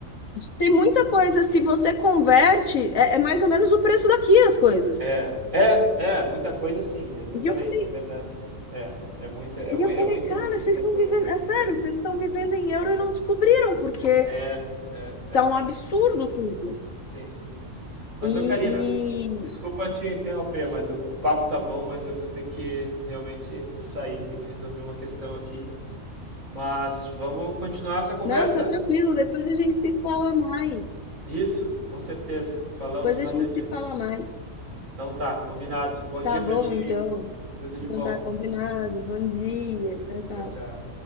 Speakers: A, on the left; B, on the right.
A: tem muita coisa, se você converte, é, é mais ou menos o preço daqui as coisas.
B: É, é, é, muita coisa sim, exatamente,
A: E eu falei,
B: é verdade. É, é muita, é,
A: e
B: mui-
A: eu falei,
B: é muito,
A: cara,
B: muita
A: vocês estão
B: coisa.
A: vivendo, é sério, vocês estão vivendo em euro e não descobriram, porque
B: É, é, é,
A: tá um absurdo
B: também.
A: tudo.
B: Sim. Mas
A: E,
B: ô Karina,
A: e-
B: desculpa te interromper, mas o papo tá bom, mas eu vou ter que realmente sair, tem que resolver uma questão aqui. Mas vamos continuar essa conversa?
A: Não, tá tranquilo, depois a gente se fala mais.
B: Isso, com certeza. Falamos
A: Depois
B: mais
A: a gente
B: adiante.
A: se fala mais.
B: Então tá, combinado. Bom dia
A: Tá
B: pra
A: bom,
B: ti aí.
A: então.
B: Tudo de
A: Então
B: bom.
A: tá combinado. Bom dia. Tchau, tchau.
B: Tchau, tchau.